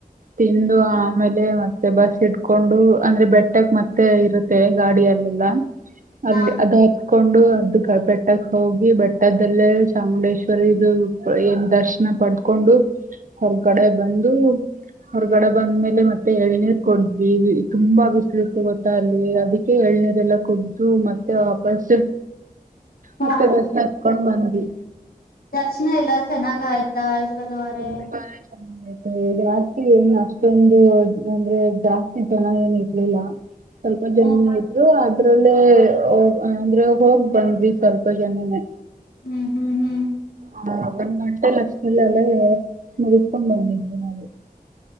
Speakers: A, on the right (about 60°); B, on the left (about 80°).
A: ತಿಂದು
B: ಹ್ಮ್
A: ಆಮೇಲೆ ಮ ಮತ್ತೆ ಬಸ್ ಇಡ್ಕೊಂಡು ಅಂದ್ರೆ ಬೆಟ್ಟಕ್ ಮತ್ತೆ ಇರುತ್ತೆ ಗಾಡಿಯಲೆಲ್ಲ
B: ಹಾ
A: ಅಲ್ಲಿ ಅದೇ ಕೊಂಡು ಅದು ಬೆಟ್ಟಕ್ಕೆ ಹೋಗಿ ಬೆಟ್ಟದಲ್ಲೇ ಚಾಮುಂಡೇಶ್ವರಿ ಇದು ಏನ್ ದರ್ಶನ ಪಡೆದುಕೊಂಡು ಹೊರಗಡೆ ಬಂದು ಹೊರಗಡೆ ಬಂದ್ಮೇಲೆ ಮತ್ತೆ ಎಳ್ನೀರ್ ಕೂಡುದ್ವಿ ತುಂಬಾ ಬಿಸ್ಲು ಇತ್ತು ಗೊತ್ತಾ ಅಲ್ಲಿ ಅದಕ್ಕೆ ಎಳ್ನೀರ್ ಎಲ್ಲ ಕೊಡ ದು ಮತ್ತೆ ವಾಪಸ್
B: ಹಾ
A: ಮತ್ತೆ ಬಸ್ ಹತ್ಕೊಂಡ್ ಬಂದ್ವಿ
B: ದರ್ಶನ ಎಲ್ಲಾ ಚೆನ್ನಾಗ ಆಯ್ತಾ ಯಶೋದವರೇ
A: ತುಂಬಾನೇ ಚೆ ಆಯ್ತ ಜಾಸ್ತಿ ಏನ್ ಅಷ್ಟೊಂದು ಅಂದ್ರೆ ಜಾಸ್ತಿ ಜನ ಏನ್ ಇರ್ಲಿಲ್ಲ ಸ್ವಲ್ಪ ಜನನೆ
B: ಹ್ಮ್
A: ಇದ್ರು ಆದ್ರ ಅಲ್ಲೇ ಹೂಂ ಅಂದ್ರೆ ಹೋಗ್ ಬಂದ್ವಿ ಸ್ವಲ್ಪ ಜನನೇ
B: ಹ್ಮ್ ಹ್ಮ್ ಹ್ಮ್
A: ಹ ಒಂದು ಗಂಟೆ ಲಷ್ಟಲ್ಲಿ ಅಲೆ ಮುಗಿಸಿಕೊಂಡು ಬಂದಿದ್ವಿ ನಾವು